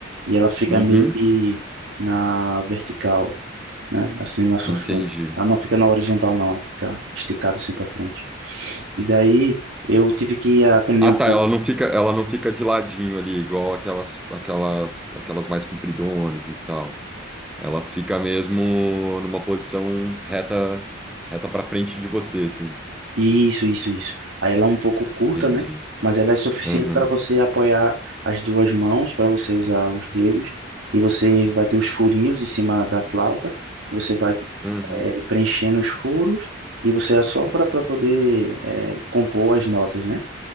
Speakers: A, on the right (about 60°); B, in the centre.
A: E ela fica
B: Uhum,
A: meio que na vertical, né? Assim na sua
B: entendi.
A: frente. Ela não fica na horizontal não, ela fica esticada assim para frente. E daí eu tive que aprender
B: Ah,
A: um
B: tá,
A: pouco
B: ela não fica, ela não fica de ladinho ali, igual aquelas, aquelas, aquelas mais compridonas e tal. Ela fica mesmo numa posição reta, reta para frente de você, assim.
A: Isso, isso, isso. Aí ela é um pouco curta,
B: Entendi.
A: né? Mas ela é suficiente
B: Aham,
A: para você apoiar as duas mãos, para você usar os dedos, e você vai ter os furinhos em cima da flauta, você vai
B: aham,
A: eh, preenchendo os furos e você assopra para poder eh, compor as notas, né?